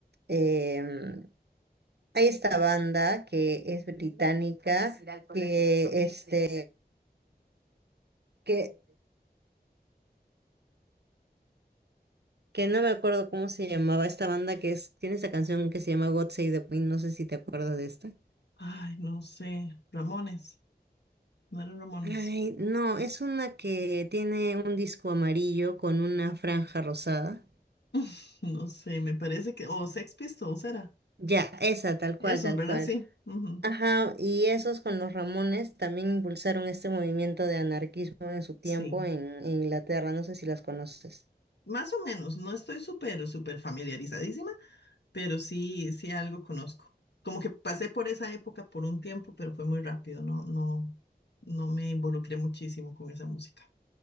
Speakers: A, on the right; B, on the left.
A: em, hay esta banda que es británica, que, este, que que no me acuerdo cómo se llamaba esta banda que es, tiene esta canción que se llama God Save the Queen, no sé si te acuerdas de esta.
B: Ay, no sé, Ramones, no eran Ramones.
A: Ay, no, es una que tiene un disco amarillo con una franja rosada.
B: <laughs> No sé, me parece que, o Sex Pistols era.
A: Ya, esa, tal cual,
B: Esos,
A: tal
B: ¿verdad?
A: cual.
B: Sí. ujú,
A: Ajá, y esos con los Ramones también impulsaron este movimiento de anarquismo en su tiempo
B: Sí.
A: en, en Inglaterra, no sé si las conoces.
B: Más o menos, no estoy súper, súper familiarizadísima, pero sí, sí algo conozco. Como que pasé por esa época por un tiempo, pero fue muy rápido, no, no, no me involucré muchísimo con esa música.